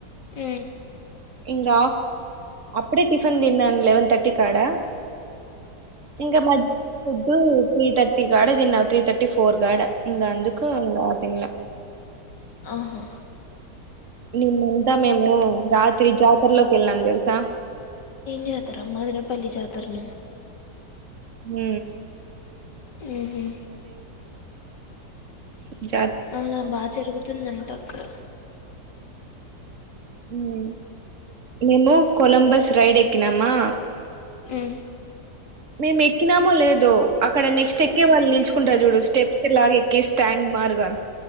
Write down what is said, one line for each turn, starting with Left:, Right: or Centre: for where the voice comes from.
Left: ఉ
Right: ఇంగ అప్పుడే టిఫన్ తిన్నా లెవెన్ తర్టీ కాడ ఇంగ మ ఫుడ్డు త్రీ తర్టీ కాడ తిన్నా త్రీ తర్టీ ఫోర్ కాడ ఇంగ అందుకు తినలే
Left: ఆహా
Right: నిన్నంతా మేము రాత్రి జాతరలోకి వెళ్ళాం తెలుసా
Left: జాతర మదనపల్లి జాతరన
Right: ఉ
Left: ఉహు
Right: జ
Left: ఆ బా జరుగుతుందంట అక్కడ
Right: ఉం మేము కొలంబస్ రైడ్ ఎక్కినామా
Left: ఉమ్
Right: మేము ఎక్కినామో లేదో, అక్కడ నెక్స్ట్ ఎక్కే
Left: ఉ
Right: వాళ్ళు నిల్చుకుంటారు. చూడు స్టెప్స్ లాగ ఎక్కి స్టాండ్ మారుగా